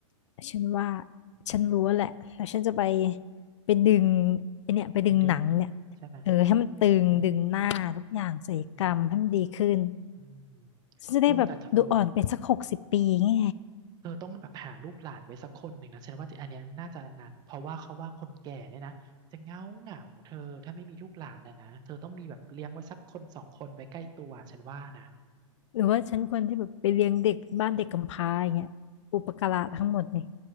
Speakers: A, on the left; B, on the right.
A: ฉันว่า
B: อืม
A: ฉันรู้แหละแล้วฉันจะไปไปดึงไอเนี่ยไปดึงหนังเนี่ย
B: ไปดึงใช่ไหม
A: เออให้มันตึงดึงหน้าทุกอย่างศัลยกรรมให้มันดีขึ้น
B: เออเอออืม
A: ฉันจะได้แบบดูอ่อนไปสักหกสิบปีไง
B: โอ้แต่เธอ เออต้องแบบหาลูกหลานไว้สักคนหนึ่งนะฉันว่าอันเนี้ยน่าจะอันนั้นเพราะว่าเขาว่าคนแก่เนี่ยนะจะเหงาเหงาเธอถ้าไม่มีลูกหลานนะนะเธอต้องมีแบบเลี้ยงไว้สักคนสองคนไว้ใกล้ตัวฉันว่านะ
A: หรือว่าฉันควรที่แบบไปเลี้ยงเด็กบ้านเด็กกำพร้าอย่างเงี้ยอุปการะทั้งหมดเลย